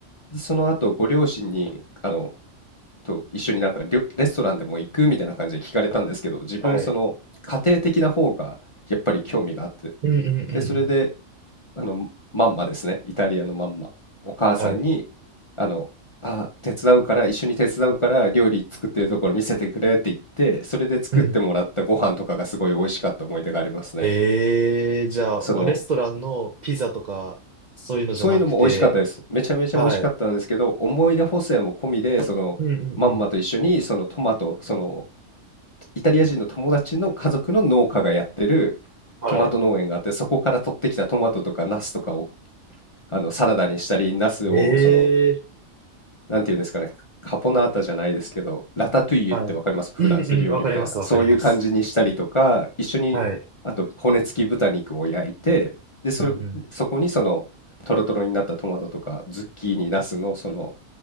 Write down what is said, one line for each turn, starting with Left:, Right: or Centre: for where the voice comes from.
Left: でその後ご両親にあのと一緒になんかりょレストランでも行くみたいな感じで聞かれたんですけど、自分その家庭的な方がやっぱり興味があって、
Right: はい。うんうんうんうん。
Left: で、それであのマンマですね、イタリアのマンマ、お母さんに、
Right: はい。
Left: あの、あ、手伝うから、一緒に手伝うから料理作ってるところ見せてくれって言って、それで作ってもらったご飯とかがすごい美味しかった思い出がありますね。
Right: うん。ええじゃあ、
Left: その、
Right: もうレストランのピザとか、そういうのじゃなくて、
Left: そういうのも美味しかったです。めちゃめちゃ美味しかったんですけど、
Right: はい。
Left: 思い出補正も込みで、その、
Right: うんうんうん。
Left: まんまと一緒にそのトマト、そのイタリア人の友達の家族の農家がやってるトマト農園があって、
Right: はい。
Left: そこから取ってきたトマトとかナスとかをあのサラダにしたり、ナスをその、
Right: ええ
Left: なんていうんですかね、カポナータじゃないですけど、ラタトゥイユってわかりますフランス料理みたいな、
Right: はい。うんうん、わかります、わかります。
Left: そういう感じにしたりとか、一緒に、
Right: はい。
Left: あと骨付き豚肉を焼いて、で、それ、
Right: うんう
Left: そこにその、トロトロになったトマトとか、ズッキーニ、ナスのその